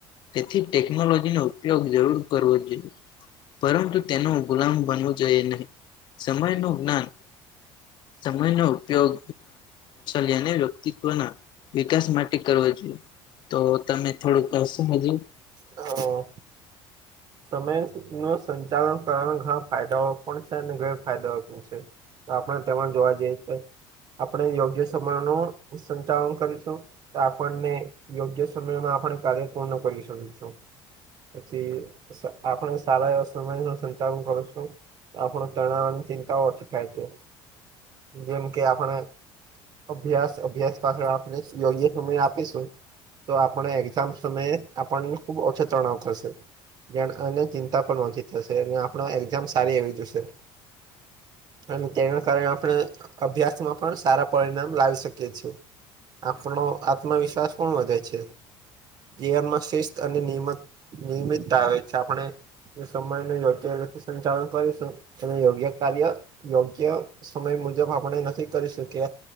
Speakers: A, on the left (about 45°); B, on the right (about 40°).
A: તેથી ટેકનોલોજીનો ઉપયોગ જરૂર કરવો જ જોઈએ. પરંતુ તેનો ગુલામ બનવો જોઈએ નહીં, સમય નું જ્ઞાન સમય ઉપયોગ લેને અને વિકાસ કરવો જોઈએ. તો તમે થોડુંક કરશો હજી?
B: હા. સમય નું સંચાલન કરવાના ઘણા ફાયદાઓ પણ છે, અને ગેરફાયદાઓ પણ છે. તો આપણે તેમાં જોવા જઈ તો, આપણે યોગ્ય સમય નું સંચાલન કરીશું. તો આપણને યોગ્ય સમયમાં આપણે કાર્ય પૂર્ણ કરી શકીશું. પછી સા આપણે સારા એવા સમયનું સંચાલન કરું છું આપણું તણાવ ને ચિંતાઓ ઓછી થાય છે. જેમ કે આપણે અભ્યાસ-અભ્યાસ પાછળ આપણે યોગ્ય સમય આપીશું તો આપણે એક્ઝામ સમયે આપણને ખુબ ઓછો તણાવ થશે.. <unintelligible> અને ચિંતા પણ ઓછી થશે. ને આપણા એક્ઝામ સારી એવી જશે. અને તેના કારણે આપણે અભ્યાસમાં પણ સારા પરિણામ લાવી શકીએ છીએ. આપણો આત્મવિશ્વાસ પણ વધે છે. જીવનમાં શિસ્ત અને નિયમત નિયમિતતા આવે છે. આપણે જો સમયનું યોગ્ય રીતે સંચાલન કરીશું, અને યોગ્ય કાર્ય યોગ્ય સમય મુજબ આપણે નથી કરી શકીએ